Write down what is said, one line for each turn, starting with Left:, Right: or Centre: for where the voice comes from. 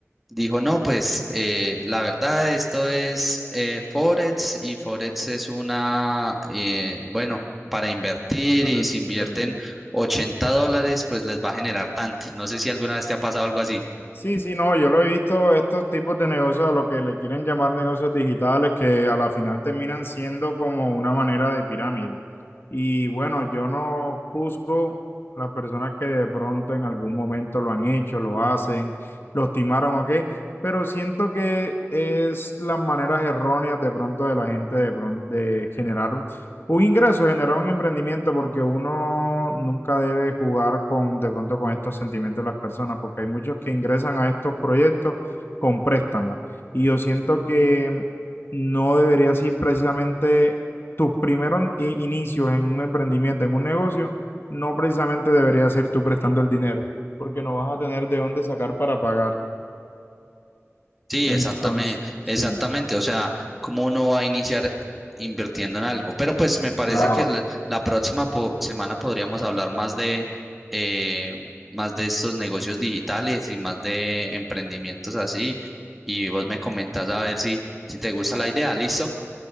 Centre: dijo, no, pues eh, la verdad, esto es eh, Forex y Forex es una, eh, bueno, para invertir
Left: para
Centre: y si invierten
Left: invertir.
Centre: 80 dólares, pues les va a generar tanto. No sé si alguna vez te ha pasado algo así.
Left: Sí, sí, no, yo lo he visto, estos tipos de negocios, a lo que le quieren llamar negocios digitales, que a la final terminan siendo como una manera de pirámide. Y bueno, yo no juzgo a las personas que de pronto en algún momento lo han hecho, lo hacen, lo timaron o qué, pero siento que es las maneras erróneas de pronto de la gente de, pron- de generar un ingreso genera un emprendimiento porque uno nunca debe jugar con, de pronto, con estos sentimientos de las personas, porque hay muchos que ingresan a estos proyectos con préstamos. Y yo siento que no debería ser precisamente tus primeros i- inicios en un emprendimiento, en un negocio, no precisamente debería ser tú prestando el dinero, porque no vas a tener de dónde sacar para pagar.
Centre: Sí,
Left: Entonces,
Centre: exactamente,
Left: sí,
Centre: exactamente. O sea, cómo uno va a iniciar invirtiendo en algo. Pero pues me parece
Left: claro.
Centre: que el- la próxima po- semana podríamos hablar más de eh, más de estos negocios digitales y más de emprendimientos así. Y vos me comentás a ver si, si te gusta la idea. ¿Listo?